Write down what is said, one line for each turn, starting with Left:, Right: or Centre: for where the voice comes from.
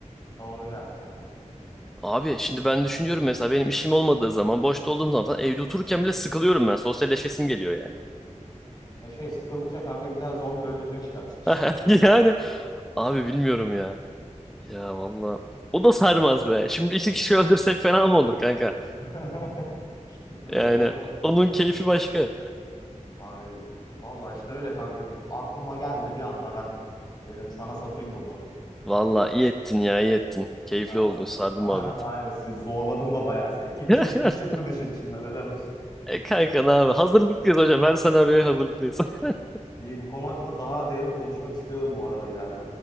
Left: Doğru gerçi aynen.
Centre: Abi şimdi ben düşünüyorum mesela benim işim olmadığı zaman boşta olduğum zaman falan evde otururken bile sıkılıyorum ben. Sosyalleşesim geliyor yani.
Left: E şey sıkıldıkça kanka bir tane zombi öldürmeye çıkarsın işte.
Centre: <laughs> Yani abi bilmiyorum ya. Ya valla. O da sarmaz be. Şimdi iki kişi öldürsek fena mı olur kanka?
Left: <laughs> Değil
Centre: Yani
Left: mi? Doğru.
Centre: onun keyfi başka.
Left: Abi vallahi işte öyle kanka. Bir- Aklıma geldi bir anda ben dedim sana satayım bunu.
Centre: Valla iyi ettin ya iyi ettin. Keyifli
Left: Ha,
Centre: oldu. Sardı
Left: <laughs>
Centre: muhabbet.
Left: aynen sizi zorladım da bayağı seni. İyi bir
Centre: <laughs>
Left: şekilde çıktın işin içinden helal olsun.
Centre: E kanka ne abi? Hazırlıklıyız hocam. Her senaryoya hazırlıklıyız. <laughs>
Left: İyi bu konu hakkında daha derin konuşmak istiyorum bu arada ileride.